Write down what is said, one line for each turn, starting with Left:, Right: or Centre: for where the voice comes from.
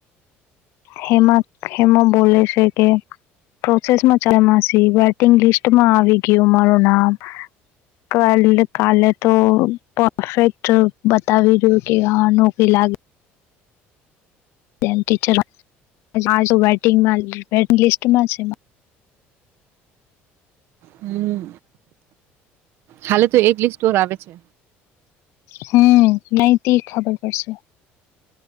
Left: હેમા હેમા બોલે છે કે પ્રોસેસમાં ચાલમાસી વેટિંગ લિસ્ટ માં આવી ગયું મારું નામ. ક કાલે તો પરફેક્ટ બતાવી રહું કે હા નોકરી લાગ એમ ટીચર <inaudible> છો વેટંગ વેટંગ લિસ્ટમાં છે
Right: હમ હાલે તો એક લિસ્ટ ઓર આવે છે
Left: હમ નહ તે ખબર પડશે